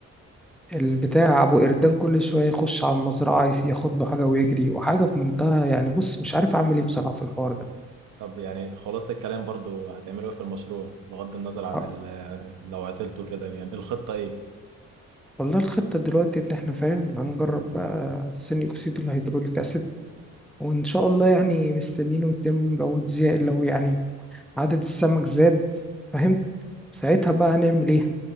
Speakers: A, in the centre; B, on the right.
A: البتاع ابو قردان كل شويه يخش على المزرعه يس- ياخد له حاجه ويجري وحاجه في منتهى يعني بص مش عارف اعمل ايه بصراحه في الحوار ده
B: طب يعني خلاص الكلام برضو هتعملوا ايه في المشروع بغض النظر عن
A: آه،
B: ال- لو عطلتوا كده يعني الخطه ايه
A: والله الخطه دلوقتي ان احنا فاهم هنجرب بقى ثاني اكسيد الهيدروليك اسيد وان شاء الله يعني مستنينه يتم لو اتزي لو يعني عدد السمك زاد فاهم ساعتها بقى هنعمل ايه